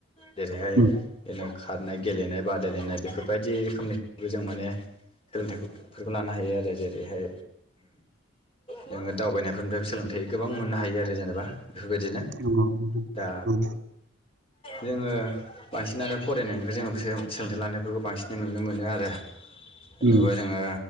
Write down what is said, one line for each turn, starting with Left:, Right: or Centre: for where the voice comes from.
Left: जेरैहाय
Right: उम
Left: जेनो खारनाय गेलेनाय बादायलायनाय बेफोरबायदि रोखोमनिफ्रायबो जों माने सोलोंथाइफोरखौ लानो हायो आरो जेरैहाय जोङो दावबायनायफोरनिफ्रायबो सोलोंथाइ गोबां मोननो हायो आरो जेनेबा बेफोरबायदिनो
Right: नंगौ नोंथां
Left: दा
Right: औ
Left: जोङो बांसिनानो फरायनायनिफ्राय जोङो सोलोंथाइ लानायफोरखौ बांसिनै नुनो मोनो आरो
Right: उम
Left: नंडाब जोङो